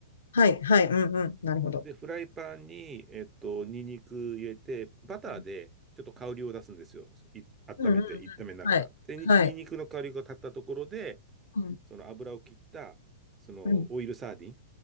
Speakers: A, on the left; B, on the right.
A: はい、はい、うんうん。なるほど。
B: で、フライパンに、えっと、ニンニク入れて、バターでちょっと香りを出すんですよ。
A: うん
B: い、温めて、
A: うんうんう
B: 炒めながら。
A: ん。はい。
B: で、
A: はい。
B: にニンニクの香りが立ったところで、
A: うん、
B: その油を切った、そのオイルサーディン、
A: うん、